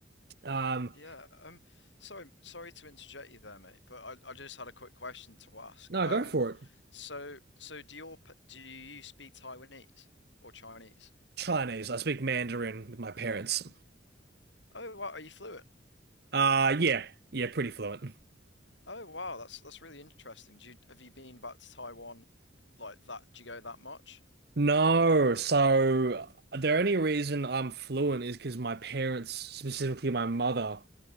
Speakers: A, on the right; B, on the left.
A: Um,
B: Yeah. Um. Sorry. Sorry to interject you there, mate. But I I just had a quick question to ask.
A: no,
B: Um.
A: go for it.
B: So so do your p- do you speak Taiwanese or Chinese?
A: Chinese. I speak Mandarin with my parents.
B: Oh, wow. Are you fluent?
A: Uh yeah, yeah, pretty fluent.
B: Oh, wow. That's that's really interesting. Do you have you been back to Taiwan like that? Do you go that much?
A: No, so the only reason I'm fluent is because my parents, specifically my mother,